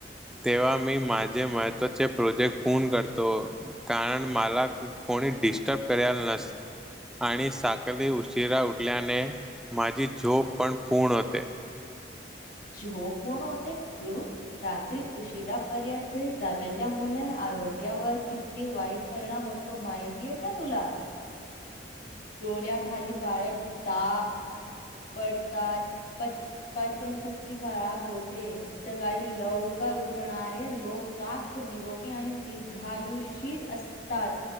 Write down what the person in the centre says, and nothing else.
तेव्हा मी माझे महत्त्वाचे प्रोजेक्ट पूर्ण करतो कारण मला कोणी डिस्टप करायला नस आणि साकली उशिरा उठल्याने माझी झोप पण पूर्ण होते